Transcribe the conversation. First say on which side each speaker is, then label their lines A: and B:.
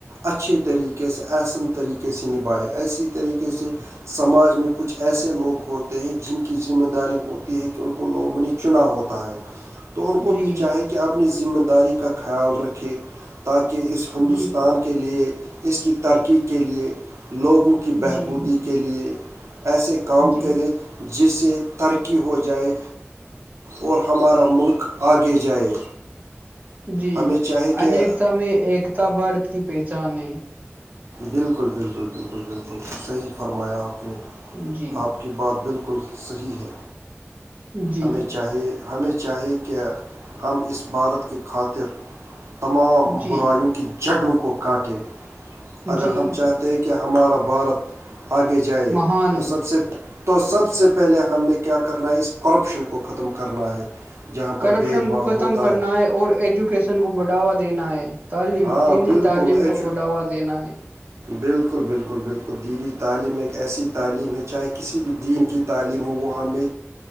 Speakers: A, on the right; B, on the right.
A: اچھے طریقے سے آسن طریقے سے نبھائے ایسی طریقے سے سماج میں کچھ ایسے لوگ ہوتے جن کی ذمہ داری ہوتی ہے کہ ان کو لوگوں نے چنا ہوتا ہے تو ان کو
B: جی
A: بھی چاہے کہ اپنی ذمہ داری کا خیال رکھے تاکہ اس ہندوستان
B: جی
A: کے لئے اس کی ترقی کے لئے لوگوں کی بہبودی
B: جی
A: کی کے لیے ایسے کام
B: جی
A: کرے جسے ترقی ہو جائے اور ہمارا ملک آگے جائے
B: جی
A: ہمیں چاہیے کہ
B: انیکتا میں ایکتا بھارت کی پہچان ہے
A: بالکل بالکل بالکل بالکل صحیح فرمایا آپ نے
B: جی
A: آپ کی بات بالکل صحیح ہے
B: جی
A: ہمیں چاہیے ہمیں چاہیے کہ ہم اس بھارت کی خاطر تمام
B: جی
A: برائیوں کی جڈوں کو کاٹے اگر
B: جی
A: ہم چاہتے ہیں کہ ہمارا بھارت آگے جائے
B: مہان
A: تو سب سے تو سب سے پہلے ہم نے کیا کرنا ہے اس کرپشن کو ختم کرنا ہے جہاں پر
B: کرپشن
A: بھید بھاؤ
B: کو ختم
A: ہوتا
B: کرنا ہے اور ایجوکیشن کو بڑھاوا دینا ہے تعلیم
A: ہاں
B: دینی
A: بالکل
B: تعلیم
A: ایجو
B: کو بڑھاوا دینا ہے
A: بالکل بالکل بالکل دینی تعلیم ایک ایسی تعلیم ہے چاہے کسی بھی دین کی تعلیم ہو وہ ہمیں